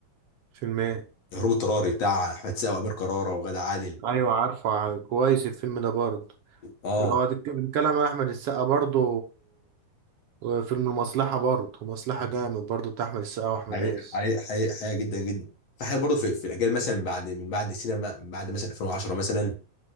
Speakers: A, on the right; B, on the left.
A: فيلم إيه
B: هروب اضطراري بتاع احمد سقا وامير كرارة وغادة عادل
A: أيوة عارفة كويس الفيلم ده برضو
B: اه
A: ولو هتتكلم عن أحمد السقا برضو فيلم المصلحة برضو مصلحة جامد برضو بتاع أحمد السقا وأحمد
B: حقيقة
A: عز
B: حقيقة حقيقة حقيقة جدا جدا في حاجات برضه في, في الاجيال مثلا من بعد من بعد السينما من بعد مثلا 2010 مثلا